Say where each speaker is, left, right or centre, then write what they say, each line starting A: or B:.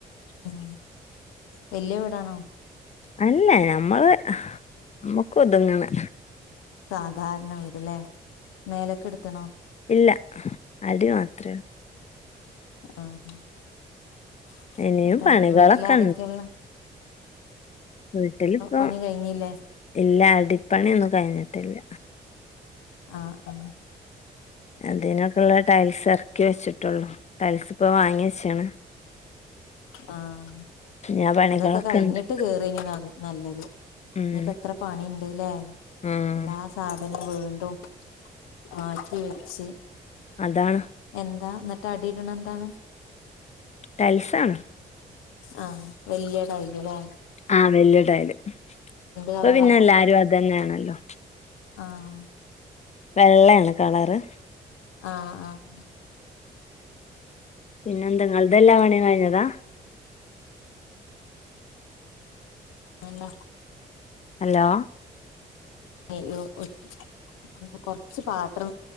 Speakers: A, on the left; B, on the left.
A: ഉം വല്ല്യ വീടാണോ
B: അല്ല ഞമ്മള് ഞമ്മക്ക് ഒതുങ്ങ്ണെ
A: സാധാരണ വീട്ലെ മേലക്ക്‌ട്ത്ത്ണോ
B: ഇല്ല അടി മാത്രേ ൾ
A: ആഹ് <inaudible>
B: ഇനിയും
A: ന്നട്ട്
B: പണികളൊക്കെ
A: അവ്ടെ. വീട്ടില് ആരൊക്കെള്ളെ
B: വീട്ടില് പ്പം
A: പണി കഴിഞ്ഞില്ലേ
B: ഇല്ലാ അടിപ്പണിഒന്നും കഴ്ഞ്ഞ്ട്ടില്ല
A: ആഹ്
B: അതിനൊക്കെള്ള ടൈൽസ് എറ്ക്കി വെച്ചിട്ടൊള്ളൂ ടൈൽസ് ഇപ്പൊ വാങ്ങി വെച്ച്ണ്
A: ആഹ്
B: ഇനി ആ പണികളൊക്കെ
A: അതൊക്കെ കയ്ഞ്ഞിട്ട്
B: ഉണ്ട്
A: കേറേനി ന്ന നല്ലത്
B: ഉം
A: ഇഞ്പ്പത്ര പണിണ്ട് ലെ
B: ഉം
A: എല്ലാ സ് സാധനം വീണ്ടും മാറ്റിവെച്ച്
B: അതാണ്
A: എന്താ ന്നട്ട് അടിടണ് ന്താണ്
B: ടൈൽസാണ്
A: ആഹ് വല്ല്യ ടൈയ്ല് ലേ
B: ആഹ് വല്യ ടൈല്
A: കളറാ
B: പ്പ പിന്നെ എല്ലാരും അതെന്നേണല്ലോ
A: ആഹ്
B: വെള്ളെണ് കളറ്
A: ആഹ് ആഹ്
B: പിന്നെന്താ ങ്ങൾതെല്ലാ പണിം കയ്ഞ്ഞതാ
A: ഹ് ല്ല
B: ഹലോ
A: അയ്യോ ഒച്ച് കൊർച് പാത്രം